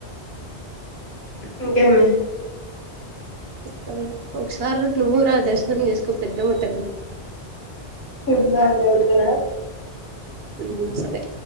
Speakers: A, on the left; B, on the right.
A: ఇంకే మీ
B: చెప్ప ఒకసారి నువ్వురు దర్శనం చేసుకో పెద్దమా తల్లిని
A: ఇందాంగా ఉందినా
B: మ్మ్ సరే